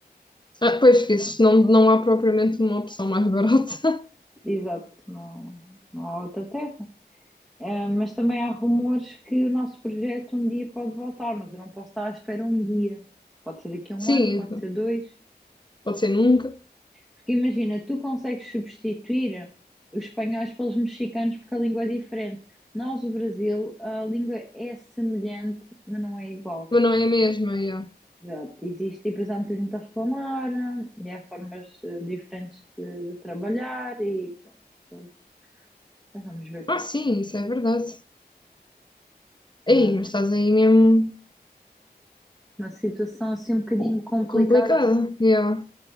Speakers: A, on the left; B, in the centre.
A: Ah, pois esqueces, não, não há propriamente uma opção mais barata.
B: Exato, não, não há outra terra. Eh, mas também há rumores que o nosso projeto um dia pode voltar, mas eu não posso estar à espera um dia. Pode ser daqui a um
A: <laughs> Sim,
B: ano, pode ser dois.
A: pode ser nunca,
B: Porque imagina, tu consegues substituir os espanhóis pelos mexicanos porque a língua é diferente. Nós, o Brasil, a língua é semelhante, mas não é igual.
A: mas não é a mesma. yeah.
B: Exato, existe e depois há muita gente a reclamar, e há formas eh, diferentes de, de trabalhar e pronto, pronto. Mas Vamos ver.
A: Ah, sim, isso é verdade. Ei,
B: Ah,
A: mas estás aí mesmo
B: Uma situação assim um bocadinho complicada,
A: complicada.
B: não sei,
A: Yeah.